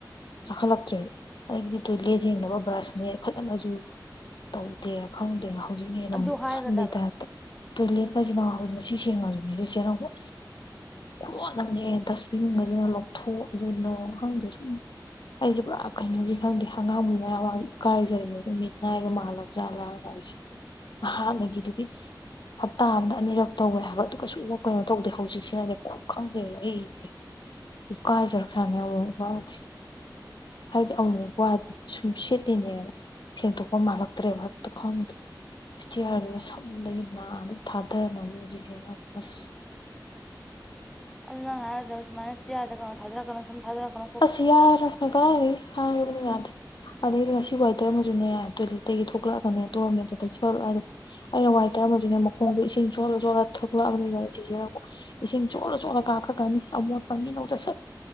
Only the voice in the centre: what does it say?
ꯑꯗꯨ
ꯍꯥꯏꯒꯗꯕ
ꯑꯗꯨꯅꯪ ꯍꯥꯏꯔꯗ ꯁꯥꯃꯅ ꯏꯁꯤꯌꯥꯗ ꯀꯣ ꯊꯥꯗꯔꯛ ꯀꯅꯣ ꯁꯝ ꯊꯥꯗꯔꯛ ꯀꯅꯣ